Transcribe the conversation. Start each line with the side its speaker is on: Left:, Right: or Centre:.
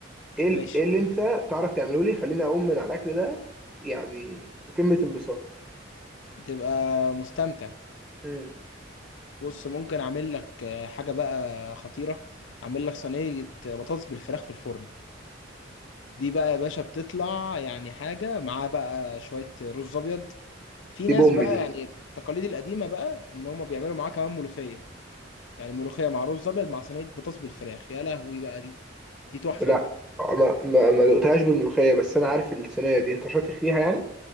Centre: ايه ال-
Left: ماشي
Centre: ايه اللي انت تعرف تعمله لي خليني اقوم من على الاكل ده يعني في قمه انبساطي
Left: تبقى مستمتع
Centre: مم.
Left: بص ممكن اعمل لك آه، حاجه بقى خطيره اعمل لك صينيه بطاطس بالفراخ في الفرن دي بقى يا باشا بتطلع يعني حاجه معاه بقى شويه رز ابيض في
Centre: دي
Left: ناس
Centre: بوم
Left: بقى
Centre: دي
Left: يعني التقاليد القديمه بقى ان هم بيعملوا معاه كمان ملوخيه يعني ملوخيه مع رز ابيض مع صينيه بطاطس بالفراخ يا لهوي بقى دي دي تحفه
Centre: لا
Left: بقى
Centre: ما ما, ما دقتهاش بالملوخيه بس انا عارف الصينيه دي انت شاطر فيها يعني